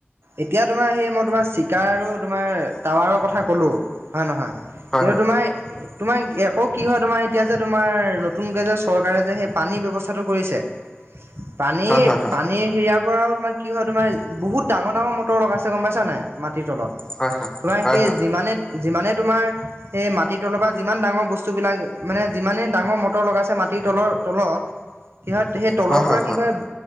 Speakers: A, on the right; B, on the left.
A: এতিয়া, তোমাৰ সেই মই, তোমাৰ চিকাৰ আৰু তোমাৰ টাৱাৰৰ কথা ক'লোঁ, হয় নহয়
B: হয়
A: কিন্তু,
B: হয়
A: তোমাৰ তোমাৰ আকৌ কি হয়, তোমাৰ এতিয়া, যে তোমাৰ নতুনকৈ যে চৰকাৰে যে সেই পানীৰ ব্যৱস্থাটো কৰিছে পানীৰ,
B: হয় হয়
A: পানীৰ হেয়াৰ পৰাও তোমাৰ কি হয়, তোমাৰ বহুত ডাঙৰ ডাঙৰ মটৰ লগাইছে, গম পাইছা নাই মাটিৰ তলত,
B: হয় হয়
A: তোমাৰ
B: হয়
A: সেই
B: হয়
A: যিমানে যিমানে তোমাৰ এই মাটিৰ তলৰ পৰা যিমান ডাঙৰ বস্তুবিলাক, মানে যিমানেই ডাঙৰ মটৰ লগাইছে মাট মাটিৰ তলৰ তলত কি হয় সেই তলৰ
B: হয় হয় হয়
A: পৰা
B: হয়
A: কি কৰে